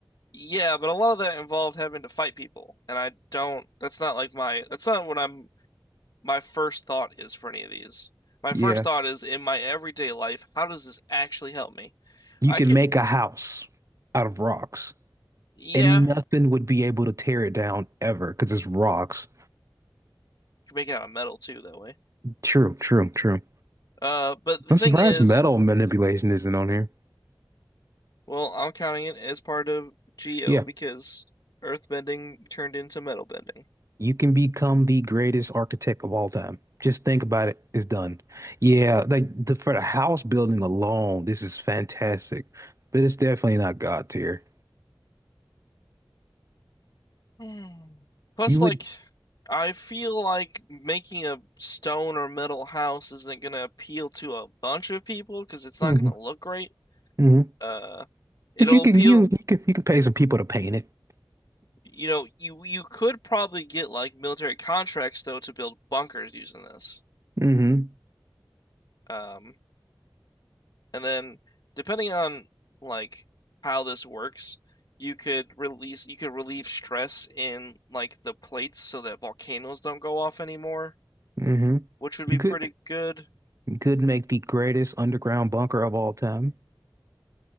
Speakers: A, on the left (about 55°); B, on the right (about 40°).
A: Yeah, but a lot of that involved having to fight people, and I don't. That's not like my. That's not what I'm my first thought is for any of these. My
B: Yeah.
A: first thought is in my everyday life, how does this actually help me?
B: You
A: I
B: can
A: could,
B: make a house out of rocks.
A: yeah,
B: And nothing would be able to tear it down ever because it's rocks.
A: could make it out of metal too that way.
B: True, true, true.
A: Uh, but the
B: I'm
A: thing
B: surprised
A: is,
B: metal manipulation isn't on here.
A: well, I'm counting it as part of Geo
B: Yeah,
A: because Earthbending turned into metal bending.
B: you can become the greatest architect of all time. Just think about it. It's done. Yeah, like the, for the house building alone, this is fantastic. But it's definitely not God tier.
A: Mm. Plus,
B: You
A: like,
B: would,
A: I feel like making a stone or metal house isn't gonna appeal to a bunch of people because it's not
B: hmm
A: gonna look great.
B: hmm
A: Uh, it'll
B: But you can
A: appeal.
B: you you can you can pay some people to paint it.
A: You know, you you could probably get like military contracts though to build bunkers using this.
B: hmm
A: Um, and then depending on like how this works, you could release you could relieve stress in like the plates so that volcanoes don't go off anymore,
B: hmm
A: which would be
B: You
A: pretty
B: could
A: good.
B: you could make the greatest underground bunker of all time.